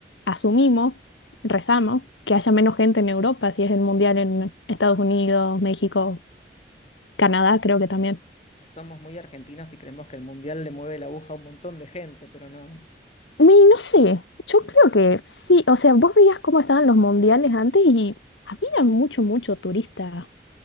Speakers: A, on the left; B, on the left.
A: asumimos, rezamos, que haya menos gente en Europa, si es el mundial en Estados Unidos, México, Canadá, creo que también.
B: somos muy argentinos y creemos que el mundial le mueve la aguja a un montón de gente, pero no.
A: Mi, no sé, yo
B: Mm,
A: creo que sí, o sea, vos veías cómo estaban los mundiales antes y había mucho, mucho turista